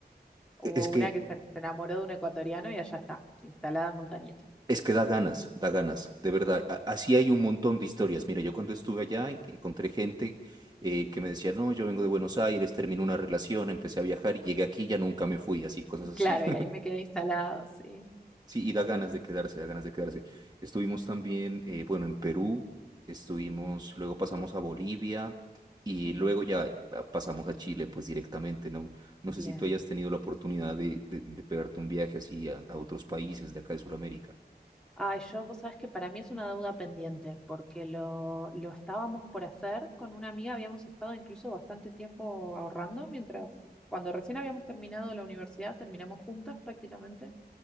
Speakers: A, in the centre; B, on the right.
A: Hubo
B: Es que
A: una que se, se enamoró de un ecuatoriano y allá está, instalada en Montañita.
B: Es que da ganas, da ganas, de verdad. A- Así hay un montón de historias. Mira, yo cuando estuve allá en- encontré gente eh, que me decía, no, yo vengo de Buenos Aires, terminé una relación, empecé a viajar y llegué aquí y ya nunca me fui, así, cosas así.
A: Claro,
B: <laughs>
A: y ahí me quedé instalado, sí.
B: Sí, y da ganas de quedarse, da ganas de quedarse. Estuvimos también, eh, bueno, en Perú, estuvimos, luego pasamos a Bolivia y luego ya ah, pasamos a Chile, pues directamente, ¿no? No
A: Bien.
B: sé si tú hayas tenido la oportunidad de, de- de pegarte un viaje así a, a otros países de acá de Sudamérica.
A: Ay, yo, vos sabés que para mí es una deuda pendiente, porque lo, lo estábamos por hacer con una amiga, habíamos estado incluso bastante tiempo ahorrando mientras, cuando recién habíamos terminado la universidad, terminamos juntas prácticamente